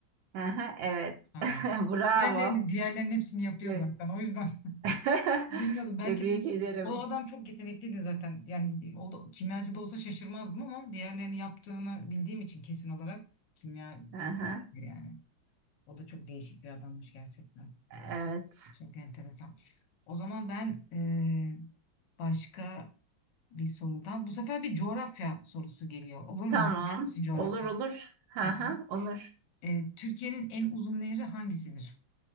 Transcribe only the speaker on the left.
Tamam.
Diğerlerini, diğerlerinin hepsini yapıyor
zaten. O yüzden
Bilmiyorum belki
de
o adam çok yetenekliydi zaten. Yani o da, kimyacı da olsa şaşırmazdım ama diğerlerini yaptığını bildiğim için kesin olarak kimya
yani. O da çok değişik bir adammış gerçekten.
Çok enteresan. O zaman ben eee, başka bir sorudan bu sefer bir coğrafya sorusu geliyor. Olur mu?
Bilir misin coğrafya?
Tamam.
Eee, Türkiye'nin en uzun nehri hangisidir?